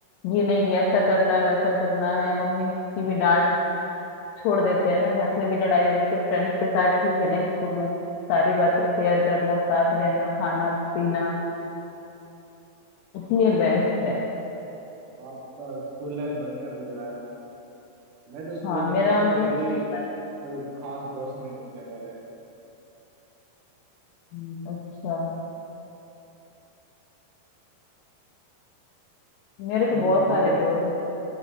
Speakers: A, on the left; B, on the right.
A: ये नहीं ये ऐसा करना है वैसा करना है मम्मी की भी डांट छोड़ देते हैं ना घर में भी लड़ाई होगी तो फ्रेंड्स के साथ ठीक है ना स्कूल में सारी बातें शेयर करना साथ रहना खाना पीना इसलिए बेस्ट है
B: आपका स्कूल लाइफ बढ़िया गुजरा है मैं तो स्कूल
A: हाँ मेरा
B: जाता था
A: मतलब
B: फिर
A: छोटा-
B: भी कोई खास दोस्त नहीं थे मेरे
A: हम्म, अच्छा मेरे तो
B: हम्म,
A: बहुत सारे
B: अब तो
A: दोस्त थे